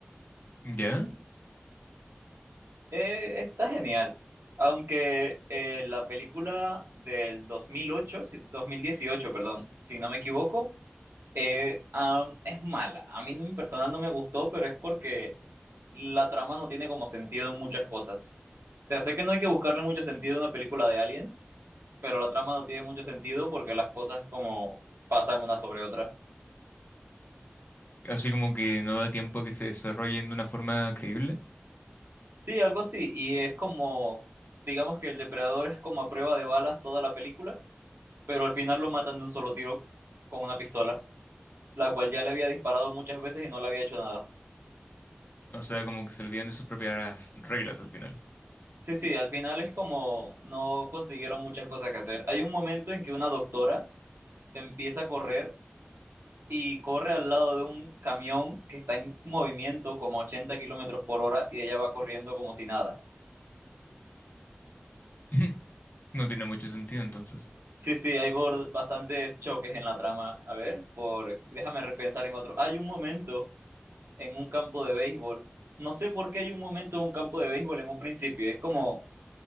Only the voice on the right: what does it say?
Eh, está genial, aunque eh, la película del 2008, si- 2018, perdón, si no me equivoco, eh, am, es mala. A mí en personal no me gustó, pero es porque la trama no tiene como sentido en muchas cosas. sea, sé que no hay que buscarle mucho sentido a una película de aliens, pero la trama no tiene mucho sentido porque las cosas como pasan una sobre otra.
Sí, algo así, y es como, digamos que el depredador es como a prueba de balas toda la película, pero al final lo matan de un solo tiro con una pistola, la cual ya le había disparado muchas veces y no le había hecho nada.
Sí, sí, al final es como no consiguieron muchas cosas que hacer. Hay un momento en que una doctora empieza a correr y corre al lado de un camión que está en movimiento como a 80 kilómetros por hora y ella va corriendo como si nada.
Sí, sí, hay bor- bastantes choques en la trama. A ver, por, déjame repensar en otro. Hay un momento en un campo de béisbol. No sé por qué hay un momento en un campo de béisbol en un principio. Es como,